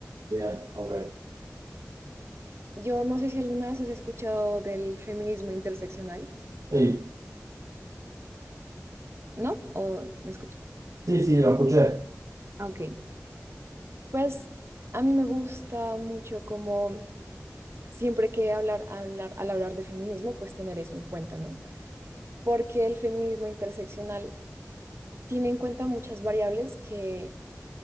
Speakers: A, on the right; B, on the right.
A: bien, ok.
B: Yo no sé si alguna vez has escuchado del feminismo interseccional,
A: Sí,
B: ¿no? O no escuché.
A: sí, sí, lo escuché.
B: Ah, Ok. Pues a mí me gusta mucho como siempre que hablar, hablar, al hablar de feminismo, pues tener eso en cuenta, ¿no? Porque el feminismo interseccional tiene en cuenta muchas variables que,